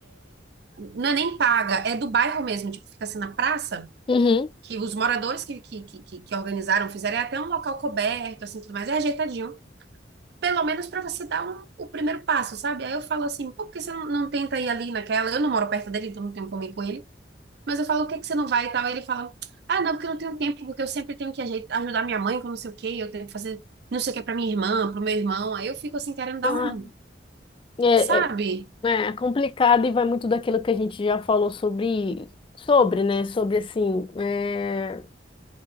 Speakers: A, on the right (about 65°); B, on the left (about 30°).
A: não é nem paga, é do bairro mesmo, tipo, fica assim na praça,
B: Uhum.
A: que os moradores que, que, que, que- que organizaram fizeram é até um local coberto, assim, tudo mais, é ajeitadinho. Pelo menos para você dar um- o primeiro passo, sabe? Aí eu falo assim, pô, por que você não, não tenta ir ali naquela? Eu não moro perto dele, então não tenho como ir com ele. Mas eu falo, o que que você não vai e tal? Aí ele fala, ah, não, porque eu não tenho tempo, porque eu sempre tenho que ajeitar, ajudar minha mãe com não sei o quê, eu tenho que fazer não sei o que para minha irmã, pro meu irmão. Aí eu fico assim, querendo dar
B: Ah,
A: um,
B: é,
A: sabe?
B: é, né, É complicado e vai muito daquilo que a gente já falou sobre, sobre, né? Sobre assim, é,